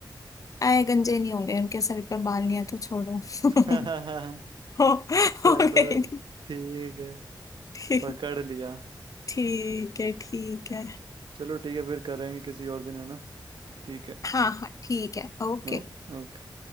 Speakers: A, on the left; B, on the right.
A: आए गंजे नहीं होंगे उनके सर पे बाल नहीं है तो छोड़ो <laughs>
B: <laughs>
A: हो हो
B: चलो
A: गई
B: ठीक है
A: ठीक
B: पकड़ लिया
A: ठीक है ठीक है
B: चलो ठीक है फिर करेंगे किसी और दिन है ना ठीक है
A: हाँ हाँ ठीक है ओके
B: ओके